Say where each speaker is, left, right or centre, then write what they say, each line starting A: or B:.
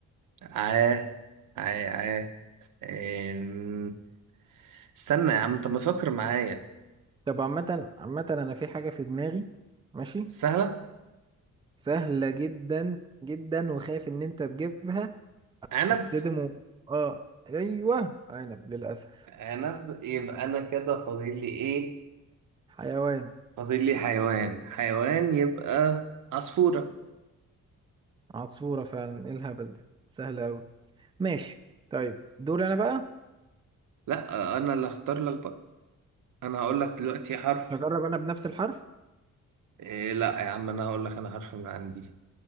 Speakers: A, on the right; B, on the right.
A: عا عا عا آم، استنى يا عم انت ما تفكر معايا
B: طب عامة عامة أنا في حاجة في دماغي ماشي
A: سهلة
B: سهلة جدا جدا وخايف إن أنت تجيبها
A: عنب
B: هتصدم و... آه أيوه عنب للأسف
A: عنب يبقى انا كده فاضل لي ايه
B: حيوان
A: فاضل لي حيوان حيوان يبقى عصفورة
B: عصفورة فعلا إيه الهبل ده سهلة أوي ماشي طيب دوري أنا بقى
A: لا انا اللي اختار لك بقى انا هقول لك دلوقتي حرف
B: هجرب أنا بنفس الحرف
A: إيه لا يا عم انا هقول لك انا حرف من عندي